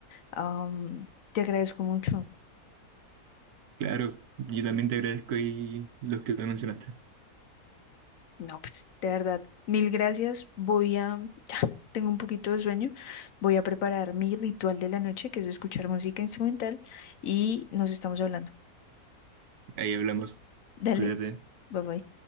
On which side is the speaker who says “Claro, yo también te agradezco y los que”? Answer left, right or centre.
Right